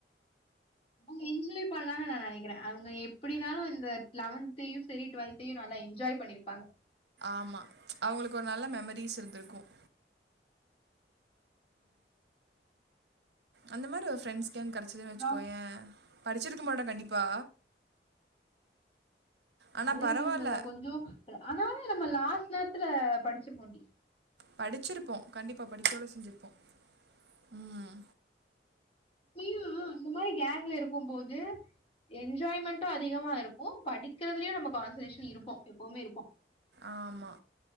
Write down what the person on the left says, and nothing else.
அவங்க என்ஜாய் பண்ணலா நான் நெனக்கிறேன் அவங்க எப் எப்டினாலும் இந்த லெவன்த் இப்பயும் சரி டுவெல்த்தையும் நல்லா என்ஜாய் பண்ணிருப்பா
அப்றோ
அதென்னும்
உண்ம தான் கொஞ்சம் ஆனாலும் நம்ம லாஸ்ட் நேரத்துல படிச்சு போண்டி
<unintelligible> இந்த மாரி கேங்ல இருக்கும் போது என் என்ஜாய்மெண்டும் அதிகமா இருக்கும் படிக்கிறதுலயும் நமக்கு அதி <unintelligible> இருப்போம் எப்பவுமே இருப்போம்